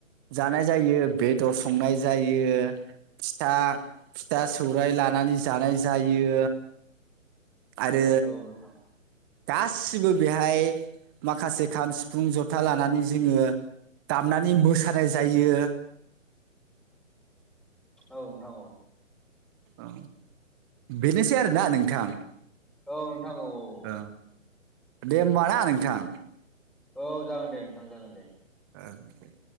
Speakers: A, on the right (about 15°); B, in the centre.
A: जानाय जायो बेदर संनाय जायो फिथा, फिथा सौराय लानानै जानाय जायो।
B: <inaudible>
A: आरो
B: औ नोंथां
A: गासिबो बेहाय माखासे खाम सिफुं जथा लानानै जोङो दामनानै मोसानाय जायो।
B: औ नोंथां औ।
A: औ बेनोसै आरोना नोंथां।
B: औ नोंथां औ औ औ।
A: ओ दे होमबा ना नोंथां।
B: औ जागोन दे नोंथां जागोन दे।
A: ओ